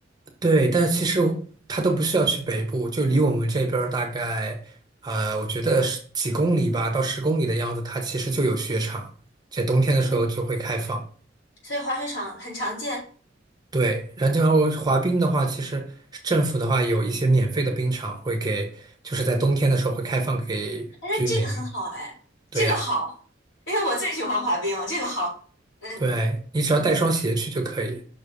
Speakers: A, on the right; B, on the left.
A: 对，但是其实他都不需要去北部，就离我们这边儿大概，呃，我觉得是几公里吧，到十公里的样子，它其实就有雪场，在冬天的时候就会开放。
B: 嗯，所以滑雪场很常见。哎，
A: 对，然后滑冰的话，其实政府的话有一些免费的冰场会给，就是在冬天的时候会开放给居民。
B: 那这个很好哎，
A: 对呀，
B: 这个好，因为我最喜欢滑冰了，这个好。嗯，
A: 对，你只要带双鞋去就可以。